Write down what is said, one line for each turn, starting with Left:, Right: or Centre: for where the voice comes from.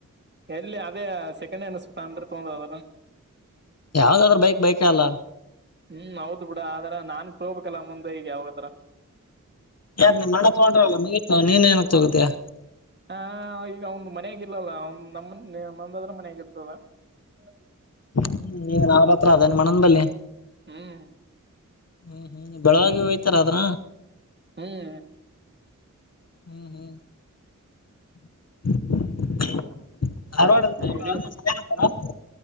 Right: ಇಲ್ಲಿ ಅದೇ ಸೆಕೆಂಡ್ ಅನಿಸತಾ ಅಂದ್ರೆ ತೊಂದ ಅದಾರ
Left: ಯಾವ್ದಾದ್ರ ಬೈಕ್ ಬೈಕ ಅಲ್ಲ
Right: ಹ್ಮ್ ಹೌದ್ ಬಿಡ ಆದ್ರ ನಾನ್ ತೋಬೇಕಲ್ಲ ಮುಂದೆ ಈಗ ಯಾವಾಗತ್ತತ್ರ
Left: ಯಾರಾರ್ ನಿಮ್ಮಣ್ಣ ತಗೊಂಡ್ರಲ್ಲ ಮುಗತ ನೀನ್ ಏನ ತಗುದಯಾ
Right: ಹಾ ಈಗ ಮನೆಗಿಲ್ವಲ್ಲ ನಮ ನಂದಾದ್ರೆ <unintelligible> ಮನ್ಾಗಿರ್ತದ ಅಿ <unintelligible>
Left: ಹ್ಮ ನೀಗ ನಾವ ಹತ್ರ ಅದೇನ್ ಮಣನ್ ಬಲ್ಲಿಿ
Right: ಹ್ಮ್
Left: ಹ್ಮ್ ಹ್ಮ್ ಬೆಳಗೆ ಹೋಗ್ತೀರಾ ಆದದ್ರ
Right: ಹ್ಮ್
Left: ಹ್ಮ್ ಹ್ಮ್ <unintelligible> ಹವಾಡತಾರ
Right: ಎಲ್ಲಿ
Left: <unintelligible>